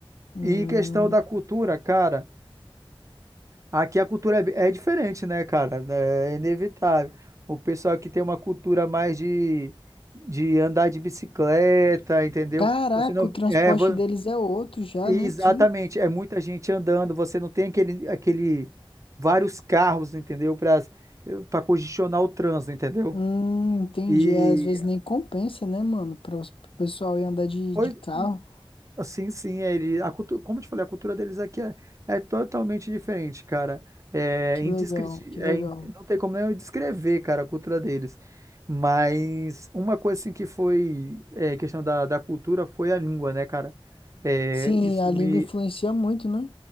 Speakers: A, on the left; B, on the right.
A: Hum,
B: E questão da cultura, cara. Aqui a cultura é é diferente, né, cara? É inevitável. O pessoal aqui tem uma cultura mais de, de andar de bicicleta, entendeu?
A: caraca,
B: Você não.
A: o transporte
B: É, vo-
A: deles é outro já,
B: exatamente.
A: né? Que,
B: É muita gente andando, você não tem aquele, aquele vários carros, entendeu? Para para congestionar o trânsito, entendeu?
A: hum, entendi.
B: E.
A: É, Às vezes nem compensa, né, mano? Para o pessoal ir andar de,
B: pois
A: de carro.
B: Sim, sim, é, ele, a cultura, como eu te falei, a cultura deles aqui é, é totalmente diferente, cara. É
A: Que
B: indescritível,
A: legal, que legal.
B: não tem como nem eu descrever, cara, a cultura deles. Mas uma coisa assim que foi é, questão da, da cultura foi a língua, né, cara? É,
A: Sim,
B: isso
A: a
B: me,
A: língua influencia muito, né?